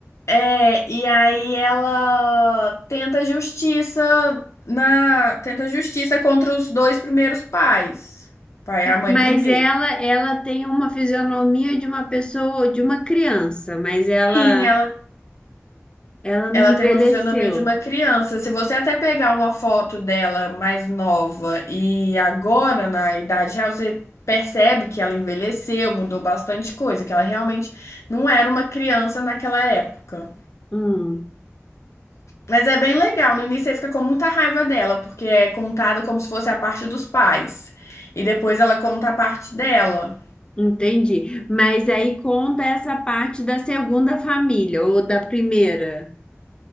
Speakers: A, on the left (about 90°); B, on the left (about 20°).
A: É, e aí ela tenta justiça na, tenta justiça contra os dois primeiros pais, pai e a mãe
B: Mas
A: primeiro.
B: ela, ela tem uma fisionomia de uma pessoa, de uma criança, mas ela,
A: Sim, ela,
B: ela não
A: ela
B: envelheceu.
A: tem uma fisionomia de uma criança. Se você até pegar uma foto dela mais nova e agora na idade real, você percebe que ela envelheceu, mudou bastante coisa, que ela realmente não era uma criança naquela época.
B: Hum,
A: Mas é bem legal. No início você fica com muita raiva dela, porque é contado como se fosse a parte dos pais. E depois ela conta a parte dela.
B: entendi. Mas aí conta essa parte da segunda família ou da primeira.